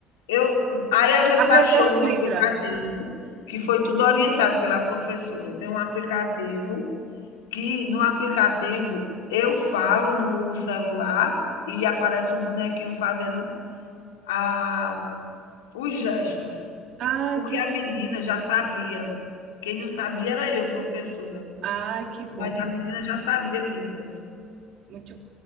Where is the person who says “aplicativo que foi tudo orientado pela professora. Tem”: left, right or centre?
Left